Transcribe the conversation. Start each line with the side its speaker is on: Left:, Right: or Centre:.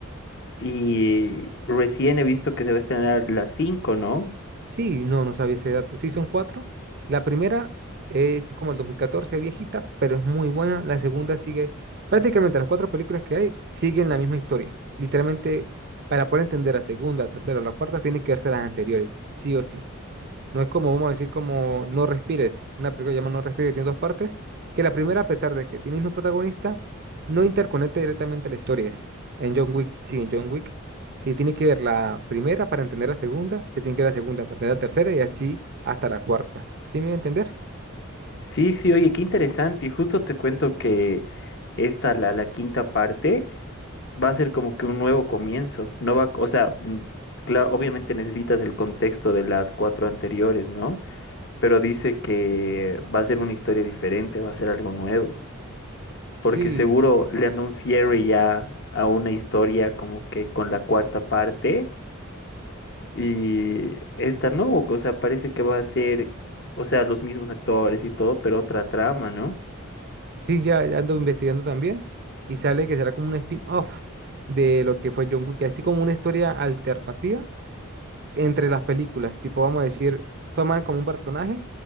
Left: y recién he visto que se va a estrenar las cinco, ¿no?
Right: Sí, no, no sabía ese dato. Sí, son cuatro. La primera es como el 2014, viejita, pero es muy buena. La segunda sigue, prácticamente las cuatro películas que hay siguen la misma historia. Literalmente, para poder entender la segunda, la tercera o la cuarta, tiene que verse las anteriores, sí o sí. No es como, vamos a decir, como No Respires, una película que se llama No Respires, que tiene dos partes, que la primera, a pesar de que tiene el mismo protagonista, no interconecta directamente a la historia. En John Wick, sí, en John Wick, sí, tiene que ver la primera para entender la segunda, se tiene que ver la segunda para entender la tercera y así hasta la cuarta. ¿Sí me voy a entender?
Left: Sí, sí, oye, qué interesante. Y justo te cuento que esta, la, la quinta parte. va a ser como que un nuevo comienzo. No va, o sea, mm, claro, obviamente necesitas el contexto de las cuatro anteriores, ¿no? Pero dice que va a ser una historia diferente, va a ser algo nuevo.
Right: Sí,
Left: Porque seguro le andó un cierre ya a una historia como que con la cuarta parte. Y esta no, o sea, parece que va a ser, o sea, los mismos actores y todo, pero otra trama, ¿no?
Right: sí, ya ando investigando también y sale que será como un spin-off de lo que fue John Wick, así como una historia alternativa entre las películas, tipo, vamos a decir, toman como un personaje